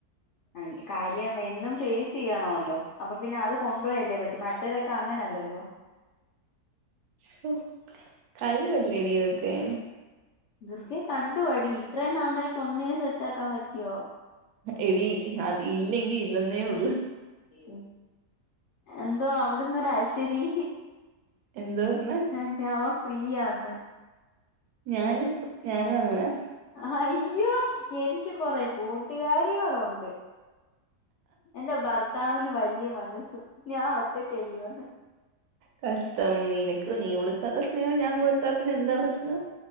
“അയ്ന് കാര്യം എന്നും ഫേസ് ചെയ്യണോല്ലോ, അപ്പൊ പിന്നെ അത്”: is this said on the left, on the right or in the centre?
Left